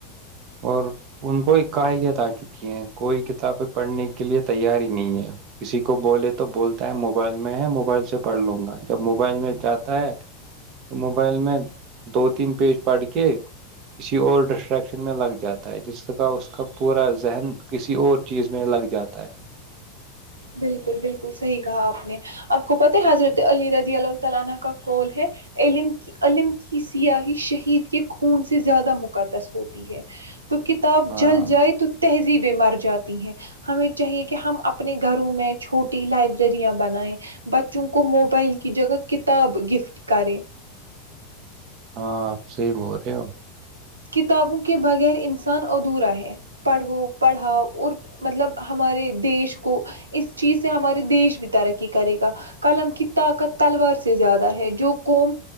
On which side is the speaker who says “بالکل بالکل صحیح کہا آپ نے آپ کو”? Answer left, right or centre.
Right